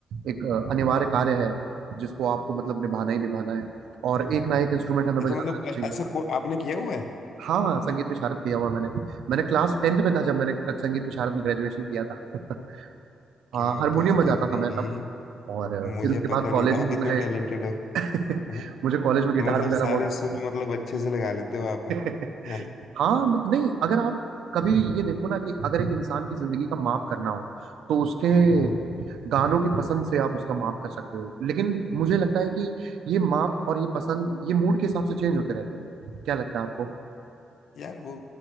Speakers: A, on the right; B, on the left.
A: एक अ, अनिवार्य कार्य है जिसको आपको मतलब निभाना ही निभाना है और एक ना एक इंस्ट्रूमेंट हमें
B: अच्छा
A: बजाना
B: मतलब
A: आना चाहिए
B: ऐसा को आपने किया हुआ है
A: हाँ हाँ संगीत विशारद किया हुआ मैंने मैंने क्लास टेंथ में था जब मैंने संगीत विशारद में ग्रेजुएशन किया था <laughs>
B: क्या
A: हाँ हारमोनियम
B: बात
A: बजाता
B: है भाई
A: था मैं तब और
B: मुझे
A: फिर उसके बाद
B: पता
A: कॉलेज
B: नहीं था
A: में
B: आप इतने
A: मुझे
B: टैलेंटेड हो
A: <laughs>
B: हैं?
A: मुझे
B: तो
A: कॉलेज में गिटार
B: मतलब
A: बजाना
B: सारे
A: बहुत पसंद
B: सुर मतलब अच्छे से लगा लेते हो आप हैं?
A: है <laughs> हाँ मत- नहीं अगर आप कभी ये देखो ना कि अगर एक इंसान की जिंदगी का माप करना हो तो उसके
B: हम्म।
A: गानों की पसंद से आप उसका माप कर सकते हो लेकिन मुझे लगता है कि ये माप और ये पसंद ये मूड के हिसाब से चेंज होते रहते हैं क्या लगता है आपको
B: यार वो